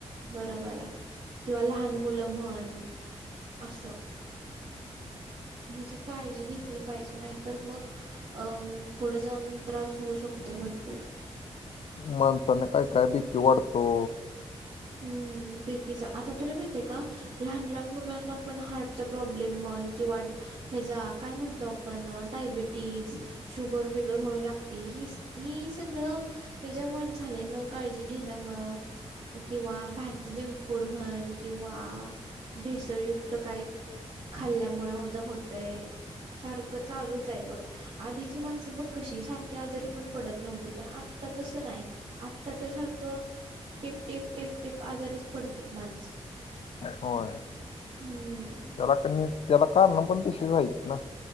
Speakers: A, on the right; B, on the left.
A: बरोबर आहे किंवा लहान
B: तेच
A: मुलं
B: की.
A: म्हण असं ह्याची काळजी घेतली पाहिजे नाही तर मग अ पुढं जाऊन त्रास होऊ शकतो भरपूर
B: माणसाने काय कायबी पिवाडतो
A: हम्म बिग पिझ्झा आता तुला माहतीय का लहान लहान मुलांना पण हार्टचा प्रॉब्लेम म्हण किंवा हचा काय म्हणतो आपण डायबिटीज शुगर बिगर हो्हाय लागते हि हि सगळं त्याच्यामुळे झाले न काळजी घेण्यामुळं किंवा भारतीय जंक फूड म्हण किंवा भेसळयुक्त काही खाल्ल्यामुळे हो ज होतय सारखं चालूच आहे बघ आधीची माणसं बघ कशी सारखी आजारी पण पडत नव्हती पण आता तसं नाही आत्ता तर सारखं टिप टिप टिप टिप आजारीच पडते माणसं
B: होय
A: हम्म
B: त्याला कनी त्याला कारण पण तशी, आहेत ना